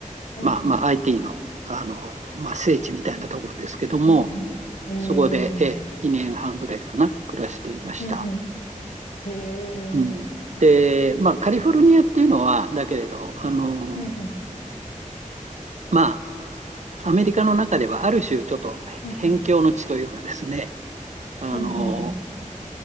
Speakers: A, on the left; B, on the right.
A: うんうん。
B: まあ、まあ、IT の、あの、まあ、聖地みたいなところですけども、
A: うんふん。へえ。
B: そこで、
A: うん
B: えー2年半ぐらいかな、暮らしていました。
A: うん。へえ。うん
B: うん、で、まあ、カリフォルニアっていうのは、だけれど、あの、
A: うん。
B: まあ、アメリカの中ではある種、ちょっと辺境の地というかですね、
A: うんうん。
B: あの、
A: うんうんうん。